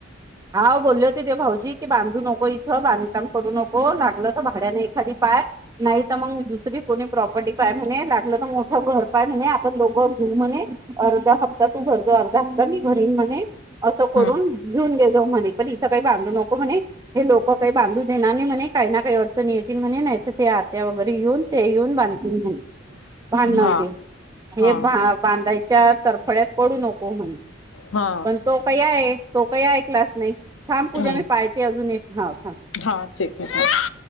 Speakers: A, on the right; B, on the left.
A: हा बोलले होते ते भाऊजी की बांधू नको इथं बांधकाम करू नको. लागलं तर भाड्याने एखादी पाहाय. नाही तर मग दुसरी कोणी प्रॉपर्टी पाय म्हणे. लागलं तर मोठं घर पाय म्हणे. आपण लोघं घेऊ म्हणे. अर्धा हप्ता तू भरतो. अर्धा हप्ता मी भरीन म्हणे असं करून
B: हम्म
A: घिऊन घे तो म्हणे. पण इंथ काही बांधु नको म्हणे. हे लोक काही बांधू देणार नाही म्हणे. काही ना काही अडचणी येतील म्हणे. नाहितर ते आत्या वगैरे येेऊन -- ते येऊन बांधतील म्हणे. भांडण होते.
B: हा
A: हे
B: हा
A: बा बांधायच्या तडफड्यात पडू नको म्हणे.
B: हा
A: पण तो काही आहे तो काही ऐकलाचं नाही. थांब पूजा
B: हम्म.
A: मी पाय -- ते अजून एक. हो थांब.
B: हा. <unintelligible>